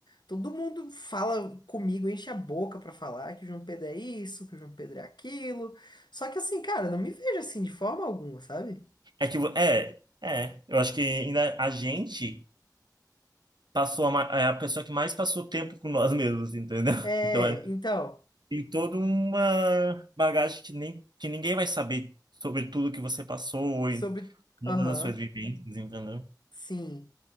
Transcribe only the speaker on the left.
Todo mundo fala comigo, enche a boca pra falar que o João Pedro é isso, que o João Pedro é aquilo. Só que assim, cara, eu não me vejo assim de forma alguma, sabe?
É,
então,
sobre.
Aham,
sim,